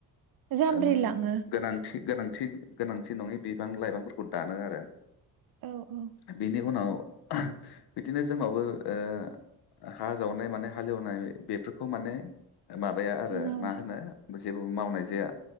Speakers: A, on the right (about 55°); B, on the left (about 65°).
A: जामब्रिलाङो
B: ओम गोनांथि गोनांथि। गोनांथि नङै बिफां लाइफांफोरखौ दानो आरो।
A: औ औ
B: बिनि उनाव ओह बिदिनो जोंनावबो ओ हा जावनाय मानाय हालेवनाय बेफो खौ माने माबाया आरो
A: मावो
B: मा होनो जेबो मावनाय। जाया